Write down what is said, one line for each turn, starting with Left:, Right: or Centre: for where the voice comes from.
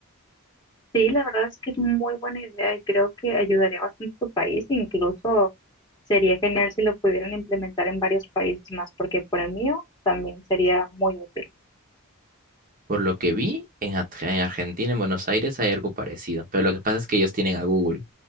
Left: Sí, la verdad es que es muy buena idea y creo que ayudaría bastante a tu país. Incluso sería genial si lo pudieran implementar en varios países más, porque por el mío también sería muy útil.
Right: por lo que vi, en, Ar- en Argentina, en Buenos Aires, hay algo parecido, pero lo que pasa es que ellos tienen a Google.